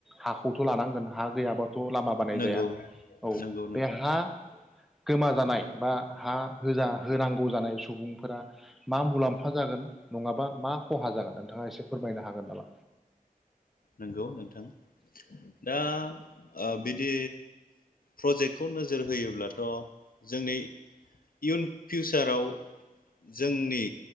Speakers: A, in the centre; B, on the left.
A: हाखौथ लानांगोन हा गैयाबाथ' लामा बानाय
B: नंगौ
A: जाया औ
B: नंगौ नोंथां
A: बे हा गोमाजानाय बा हा होजा होनांगौ जानाय सुबुंफोरा मा मुलाम्फा जागोन नङाबा मा खहा जागोन नोंथाङा एसे फोरमायनो हागोन नामा?
B: नंगौ नोंथां दा बिदि प्रजेक्टखौ नोजोर होयोब्लाथ' जोंनि इयुन फिउचाराव जोंनि